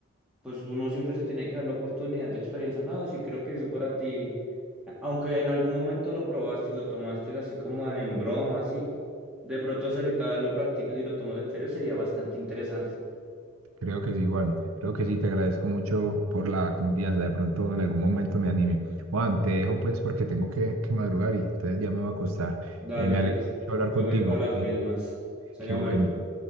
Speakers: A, in the centre; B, on the right.
A: pues uno siempre se tiene que dar la oportunidad de experiencias nuevas y creo que eso para ti, a- aunque en algún momento lo probaste y lo tomaste así como en broma, así, de pronto si ahorita lo practicas y lo tomas en serio sería bastante interesante.
B: creo que sí, Juan. Creo que sí, te agradezco mucho por la confianza. De pronto en algún momento me anime. Juan, te dejo pues porque tengo que, que madrugar y entonces ya me voy a acostar.
A: Dale
B: Eh, me
A: que
B: alegro mucho hablar
A: yo
B: contigo.
A: voy para las mismas, sueña
B: Qué bueno.
A: bonito,